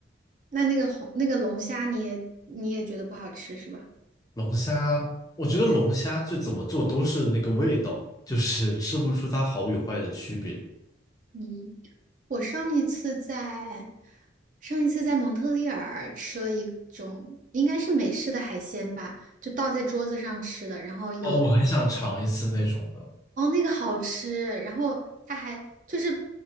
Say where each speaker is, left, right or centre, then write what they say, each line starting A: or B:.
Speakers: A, on the right (about 40°); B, on the left (about 20°).
A: 那那个红那个龙虾你也你也觉得不好吃是吧？
B: 龙虾，我觉得龙虾就怎么做都是那个味道，就是吃不出它好与坏的区别。
A: 嗯，我上一次在上一次在蒙特利尔吃了一种应该是美式的海鲜吧，就倒在桌子上吃的，然后有
B: 哦，我很想尝一次那种的。
A: 哦，那个好吃，然后他还就是